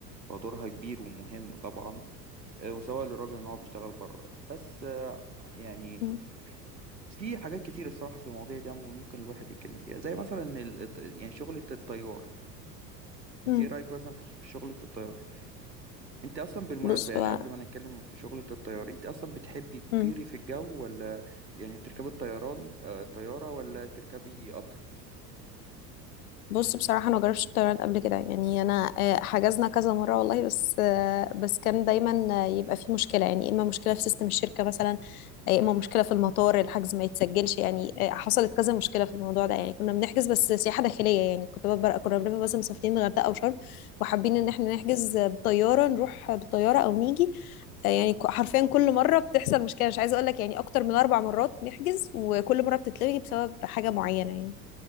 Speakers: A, on the right; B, on the left.
A: فدورها كبير ومهم طبعا آه، وسواء للراجل ان هو بيشتغل بره بس آه، يعني
B: مم.
A: في حاجات كتير الصراحه في المواضيع دي ممكن الواحد يتكلم فيها زي مثلا ال... الط- يعني شغله الطيار
B: مم.
A: انت ايه رايك مثلا في في شغله الطيار انت اصلا بالمناسبه
B: بص
A: يعني
B: هو
A: قبل ما نتكلم في شغله الطيار انت اصلا بتحبي
B: مم.
A: تطيري في الجو ولا يعني تركبي الطيران آه، الطياره ولا تركبي قطر
B: بص بصراحة أنا مجربتش الطيران قبل كده يعني أنا آه، حجزنا كذا مرة والله بس آه، بس كان دايما آه، يبقى في مشكلة يعني إما مشكلة في سيستم الشركة مثلا يا إما مشكلة في المطار الحجز ما يتسجلش يعني آه، حصلت كذا مشكلة في الموضوع ده يعني كنا بنحجز بس سياحة داخلية يعني كنت ببقى كنا بنبقى مثلا مسافرين الغردقة أو شرم وحابين إن
A: مم،
B: إحنا نحجز بالطيارة نروح بالطيارة أو نيجي آه، يعني ك- حرفيا كل مرة بتحصل مشكلة مش عايزة أقول لك يعني أكتر من أربع مرات نحجز وكل مرة بتتلغي بسبب حاجة معينة يعني